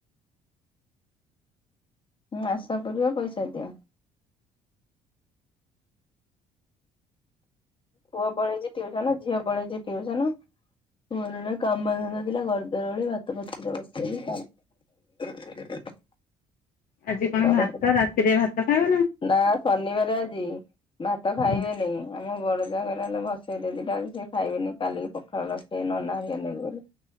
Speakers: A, on the left; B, on the left.
A: ହଁ ଆଶା ପୁରିବ ପଇସା ଦିଅ। ପୁଅ ପଳେଇଛି ଟିଉସନ ଝିଅ ପଳେଇଛି ଟିଉସନ୍। ମୋର ଏଇନା କାମ ଧନ୍ଦା ଥିଲା ଘର ଦ୍ବାର ଓଳେଇ ଭାତ ନଥିଲା ବସେଇବି <unintelligible> ସେ <unintelligible>
B: ଆଜି କଣ
A: ଆଉ
B: ଭାତ ରାତିରେ ଭାତ ଖାଇବ
A: ନା ଶନିବାର ଆଜି। ଭାତ
B: ନା
A: ଖାଇବେନାଇ ଆମ ବଡ ଯା ହେଲା ହେଲେ ବସେଇଦେ ଦିଟା ଆ ସେଏ ଖାଇବେନି। କାଲିକି ପଖାଳ ରଖେ ନନା ହରିକା ନେବ ବୋଲି।